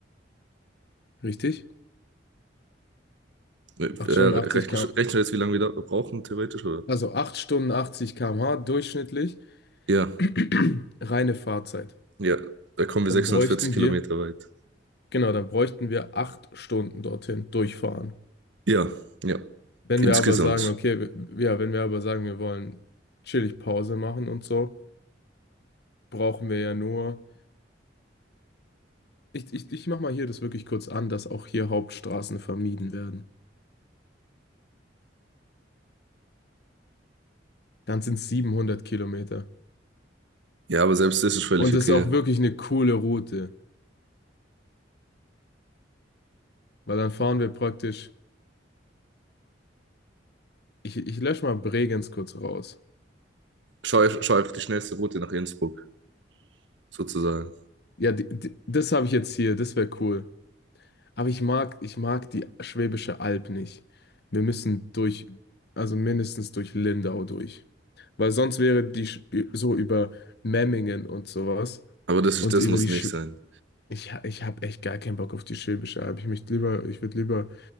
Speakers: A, on the left (about 60°); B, on the right (about 75°).
A: Richtig?
B: Äh, rechnen,
A: acht Stunden 80 km,
B: rechnen wir jetzt, wie lange wir da brauchen, theoretisch, oder?
A: also 8 Stunden 80 km/h durchschnittlich,
B: Ja,
A: <clears throat> reine Fahrzeit.
B: ja, da kommen wir
A: Dann
B: 640
A: bräuchten
B: Kilometer
A: wir,
B: weit.
A: genau, dann bräuchten wir 8 Stunden dorthin durchfahren.
B: Ja, ja.
A: Wenn
B: Insgesamt.
A: wir aber sagen, okay, w- ja, wenn wir aber sagen, wir wollen chillig Pause machen und so, brauchen wir ja nur, ich, ich, ich mach mal hier das wirklich kurz an, dass auch hier Hauptstraßen vermieden werden. Dann sind es 700 Kilometer.
B: Ja, aber selbst das ist völlig
A: Und
B: okay.
A: das ist auch wirklich eine coole Route, weil dann fahren wir praktisch, ich, ich lösche mal Bregenz kurz raus.
B: Schau, einf- schau einfach die schnellste Route nach Innsbruck, sozusagen.
A: Ja, die, die, das habe ich jetzt hier, das wäre cool. Aber ich mag, ich mag die Schwäbische Alb nicht. Wir müssen durch, also mindestens durch Lindau durch. Weil sonst wäre die Sch- so über Memmingen und sowas
B: Aber das ist,
A: und
B: das
A: über
B: muss
A: die
B: nicht
A: Sch
B: sein.
A: ich, ha- ich habe echt gar keinen Bock auf die Schwäbische Alb. Ich möchte lieber, ich würde lieber